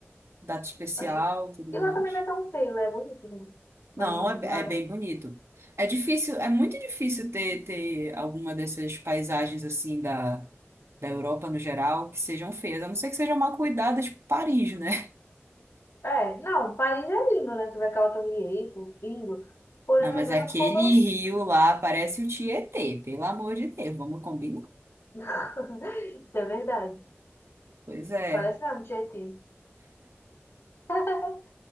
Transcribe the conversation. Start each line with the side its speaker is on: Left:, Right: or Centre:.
Right: Data especial,
Left: Acho...
Right: tudo
Left: E
Right: mais.
Left: lá também não é tão feio, lá é bonito, né?
Right: Não,
Left: Imagina,
Right: é,
Left: lá.
Right: é bem bonito. É difícil, é muito difícil ter, ter alguma dessas paisagens assim da, da Europa no geral que sejam feias, a não ser que sejam mal cuidadas tipo Paris, né? <laughs>
Left: É, não, o país é lindo, né? Tu vê aquela Torre Eiffel, lindo. Porém,
Right: Não,
Left: não
Right: mas
Left: é mesmo
Right: aquele
Left: que o povo.
Right: rio lá parece o Tietê, pelo amor de Deus, vamos combinar?
Left: <laughs> Isso é verdade.
Right: Pois é.
Left: Parece mesmo Tietê. <laughs>